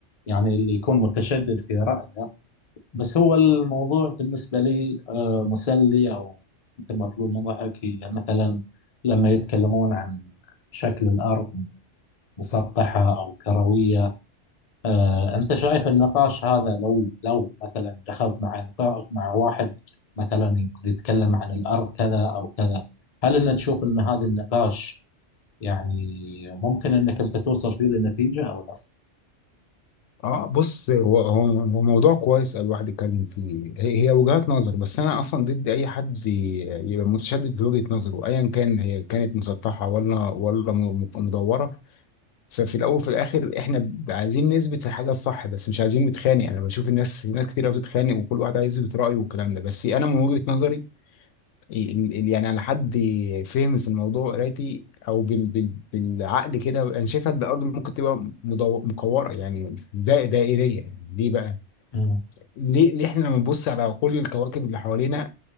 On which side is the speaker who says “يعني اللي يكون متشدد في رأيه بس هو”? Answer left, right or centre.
Left